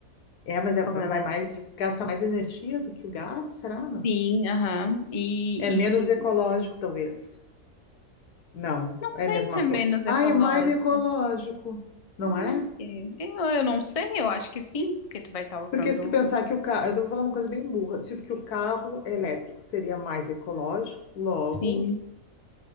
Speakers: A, on the left (about 75°); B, on the left (about 55°).
A: É, mas é- vai
B: Fogão elétrico
A: mais,
B: de indução.
A: gasta mais energia do que o gás, será, não?
B: Sim, aham. E,
A: É menos ecológico,
B: e
A: talvez. Não,
B: não
A: é
B: sei
A: a mesma
B: se é
A: coisa.
B: menos
A: Ah,
B: ecológico.
A: é mais ecológico, não
B: Ah,
A: é?
B: é. eu, eu não sei, eu acho que sim, porque tu vai estar usando,
A: Porque se tu pensar que o carro, eu vou falar uma coisa bem burra, se que o carro elétrico seria mais ecológico, logo,
B: sim.